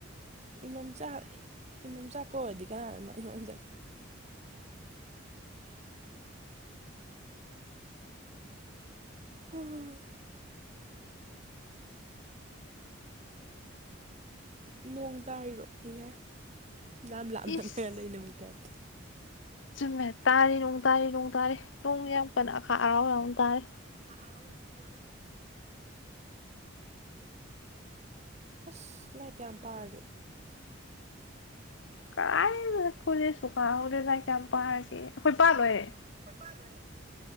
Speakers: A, on the right (about 35°); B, on the left (about 70°).
A: ꯏꯃ ꯏꯃꯝ ꯆꯥꯛ ꯀꯧꯔꯗꯤ ꯀꯅꯥꯅ ꯏꯃ <unintelligible> ꯎꯝ ꯅꯣꯡ ꯇꯥꯔꯤꯔꯣ ꯏꯍꯦ ꯂꯥꯝ ꯂꯥꯞ ꯅꯔ
B: ꯏꯁ
A: ꯂꯩꯅꯕꯩ ꯇꯥꯢꯞꯇ
B: ꯆꯨꯝꯃꯦ ꯇꯥꯔꯤ ꯅꯣꯡ ꯇꯥꯔꯤ ꯅꯣꯡ ꯇꯥꯔꯤ ꯅꯣꯡ ꯌꯥꯝꯀꯟꯅ ꯑꯈꯥꯛ ꯑꯔꯥꯎ ꯌꯥꯎꯅ ꯇꯥꯔꯤ
A: <unintelligible> ꯑꯁ ꯂꯥꯏꯔꯤꯛ ꯀꯌꯥꯝ ꯄꯥꯔꯒꯦ
B: ꯀꯔꯥꯢꯅꯣꯗ ꯀꯣꯂꯦꯖꯐꯥꯎ ꯀꯥ ꯍꯧꯗ꯭ꯔꯤ ꯂꯥꯢꯔꯤꯛ ꯀꯌꯥꯝ ꯄꯥꯔꯒꯦꯌꯦ ꯑꯩꯈꯣꯏ ꯄꯥ ꯂꯣꯏꯔꯦ
A: ꯑꯩꯈꯣꯏ ꯄꯥ ꯂꯣꯏꯔꯦ